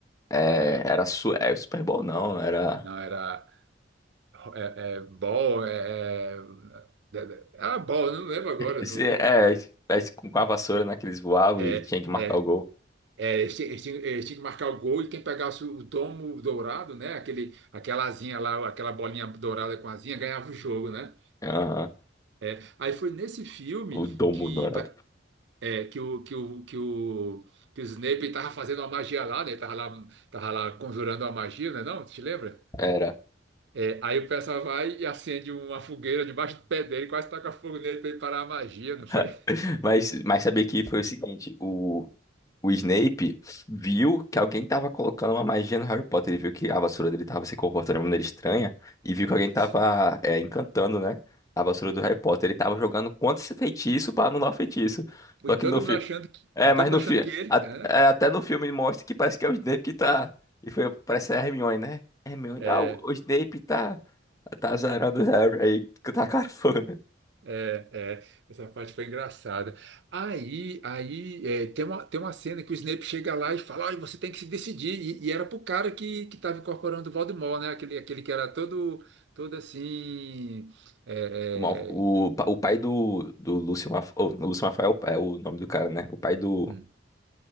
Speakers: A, on the left (about 20°); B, on the right (about 65°).
A: É,
B: era,
A: era su... é, Super Bowl, não. Era.
B: não, era é, é, Ball, é, é, é, é, era Ball, eu não lembro agora.
A: Esse-
B: No,
A: É, é, com a vassoura, né? Que eles voavam
B: é,
A: e tinha que marcar
B: é,
A: o gol.
B: é, eles, ti- eles tinham, eles tinham que marcar o gol e quem pegasse o domo dourado, né? Aquele, aquela asinha lá, aquela bolinha dourada com asinha, ganhava o jogo, né?
A: Aham.
B: É, aí foi nesse filme
A: O domo
B: que
A: dourado.
B: É, que o, que o, que o, que o Snape tava fazendo uma magia lá, né? Ele Tava lá, tava lá conjurando uma magia, né? Não, tu te lembra?
A: Era.
B: É, aí o pessoal vai e acende uma fogueira debaixo do pé dele, quase taca fogo nele para ele parar a magia, não foi?
A: <laughs> Mas, mas saber que foi o seguinte: o. O Snape viu que alguém tava colocando uma magia no Harry Potter. Ele viu que a vassoura dele tava se comportando de uma maneira estranha. E viu que
B: Isso.
A: alguém tava é, encantando, né? A vassoura do Harry Potter. Ele tava jogando contra esse feitiço pra anular o feitiço. Só
B: E
A: que
B: todo
A: no filme.
B: mundo achando que,
A: É,
B: e todo
A: mas
B: mundo
A: no
B: achando
A: filme.
B: que ele,
A: até
B: né?
A: no filme mostra que parece que é o Snape que tá. E foi, parece a Hermione, né? Hermione,
B: É,
A: ah, o, o Snape tá. Tá azarando o Harry aí, que tá cafona.
B: É, é, essa parte foi engraçada. Aí, aí é, tem uma, tem uma cena que o Snape chega lá e fala, olha, você tem que se decidir. E, e era pro cara que, que tava incorporando o Voldemort, né? Aquele, aquele que era todo, todo assim. é,
A: O, mal- o,
B: é,
A: pa- o pai do, do Lúcio Malfoy, o Lúcio Malfoy é o, é o nome do cara, né? O pai do,
B: hum,